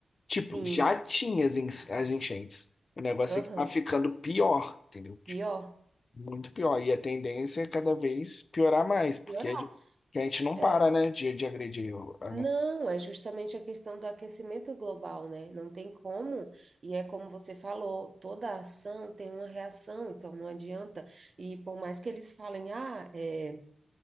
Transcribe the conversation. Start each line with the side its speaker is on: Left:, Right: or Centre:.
Left: Tipo,
Right: Sim,
Left: já tinha as en- as enchentes. O negócio
Right: aham.
Left: é que tá ficando pior, entendeu?
Right: Pior.
Left: Tipo, muito pior. E a tendência é cada vez piorar mais, porque
Right: Piorar.
Left: a gente, que a gente não
Right: É,
Left: para, né, de, de agredir. o- A,
Right: Não,
Left: né?
Right: é justamente a questão do aquecimento global, né? Não tem como, e é como você falou, toda ação tem uma reação, então não adianta. E por mais que eles falem, ah, é,